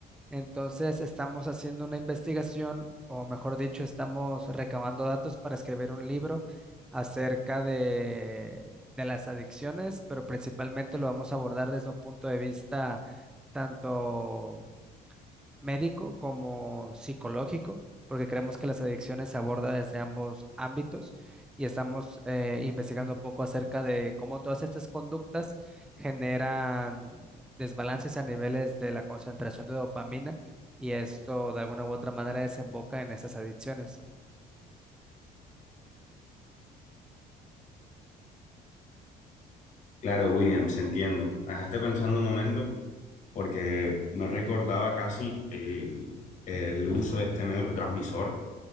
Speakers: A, in the centre; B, on the left (about 45°).
A: entonces estamos haciendo una investigación, o mejor dicho, estamos recabando datos para escribir un libro acerca de, de las adicciones, pero principalmente lo vamos a abordar desde un punto de vista tanto médico como psicológico, porque creemos que las adicciones se aborda desde ambos ámbitos y estamos eh, investigando un poco acerca de cómo todas estas conductas generan desbalances a niveles de la concentración de dopamina y esto de alguna u otra manera desemboca en esas adicciones.
B: Claro, Williams, entiendo. Me dejaste pensando un momento porque no recordaba casi el, el uso de este neurotransmisor,